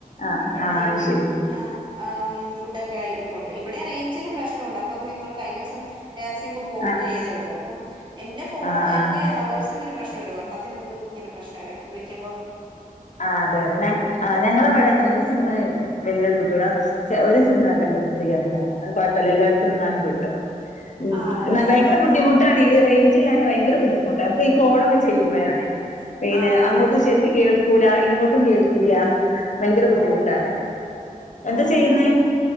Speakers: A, on the left; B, on the right.
A: ആഹ്
B: അപ്പഴത്തേക്കും
A: ആഹ് അത് ശരി
B: ആ ആം ഫുഡൊക്കെ ആയിരു ണ്ട് ഇവിടെ റേഞ്ചിന് പ്രശ്നമുണ്ട് അപ്പം ങ്ങള്ൾ കഴിഞ്ഞ ദിവസം എയർ സിമ്മ് പോർട്ട്
A: ആഹ്
B: ചെയ്തേ ഉള്ളു അപ്പം എന്റെ ഫോൺ
A: ആഹ് ആഹ്
B: എന്റെ ഒരു സിമ്മിന് പ്രശ്നല്ലോ ഒരെണ്ണത്തിന്ത് ഇങ്ങനെ പ്രശ്നം ഇടക്ക് വിളിക്കുമ്പോ
A: ആ അതെ അതെ ഞ ആ ഞങ്ങളവിടെ എങ്ങനെ ഒരു സിമ്മ് വലിയത് കിട്ടൂല ഒരു സിമ്മ് നല്ല ക്ലിയർ ഉണ്ടാവും അത് കുഴപ്പമില്ല എല്ലായിടത്തും നിന്നാലും കിട്ടും ഉം
B: ആണല്ലേ
A: ഭയങ്കര
B: ആ
A: ബുദ്ധിമുട്ടാണ്
B: ആ
A: ഈ റേഞ്ച് ഭയങ്കര ബുദ്ധിമുട്ട് നമക്ക് ഈ കോളൊക്കെ ചെയ്യുമ്പോഴാണ് പിന്നെ
B: ആ ഹാ
A: അങ്ങോട്ട്
B: ഹാ ഹാ
A: ശരി കേൾ കേക്കൂല ഇങ്ങോട്ടും കേൾക്കൂല ഭയങ്കര ബുദ്ധിമുട്ടാണ്.
B: ഓ
A: എന്താ
B: ഓ
A: ചെയ്യുന്നേ?
B: ഓ